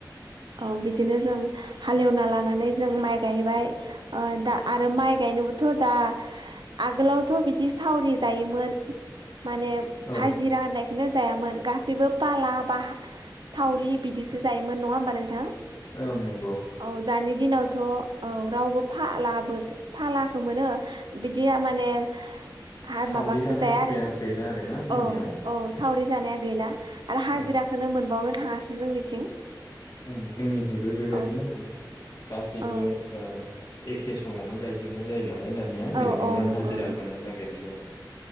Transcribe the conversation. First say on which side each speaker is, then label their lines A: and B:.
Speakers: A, on the right; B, on the left.
A: औ बिदिनो जों हालेवना लानानै जों माइ गायबाय ओ दा आरो माइ गायनोबोथ' दा आगोलावथ' बिदि सावरि जायोमोन माने
B: औ
A: हाजिरा होननायखौनो जायामोन गासैबो पाला बा सावरि बिदिसो जायोमोन नङा होमबा नोंथां
B: ओं नंगौ
A: औ दानि दिनावथ' औ रावबो फालाबो फालाखौ मोनो बिदिया माने हा
B: सावरि
A: माबाखो
B: जानाय
A: जाया
B: हुदाया
A: आरोना
B: गैला आरोना जोंनियाव
A: औ औ सावरि जानाया गैला
B: औ
A: हाजिराखौ मोनबावनो थाङासो जोंनिथिं
B: ओ जोंनिखिबो बेबायदिनो
A: औ
B: मोना गासैबो
A: औ
B: ओ एखे समावनो गायजोबनाय जायो नालाय दानिया
A: औ
B: बेनिखायनो
A: औ नंगौ
B: हाजिरा
A: नोंथां
B: मोननो नागिरलि आरो